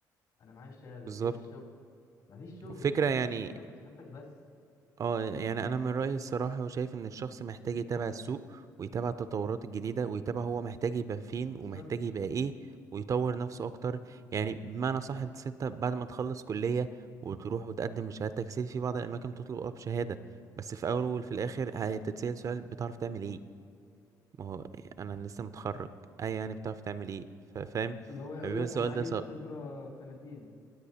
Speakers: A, on the left; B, on the right.
A: أنا معايا الشهادة
B: بالظبط
A: فين الشغل مفيش شغل
B: والفكره
A: محدش
B: يعني
A: هيشغلك بشهادتك بس
B: اه يعني انا من رايي الصراحه وشايف ان الشخص محتاج يتابع السوق ويتابع التطورات الجديده ويتابع هو محتاج يبقى فين
A: بالظبط
B: ومحتاج يبقى ايه ويطور نفسه اكتر يعني بمعنى صح انت انت بعد ما تخلص كليه وتروح وتقدم شهادتك سيدي في بعض الاماكن تطلب اه بشهاده بس في اول وفي الاخر هتتسأل سؤال بتعرف تعمل ايه ما هو إيه، انا لسه متخرج اي يعني بتعرف تعمل ايه ف- فاهم
A: اللي هو يقول
B: فبيبقى
A: لك
B: السؤال
A: أنا عايز
B: ده صعب
A: خبرة سنتين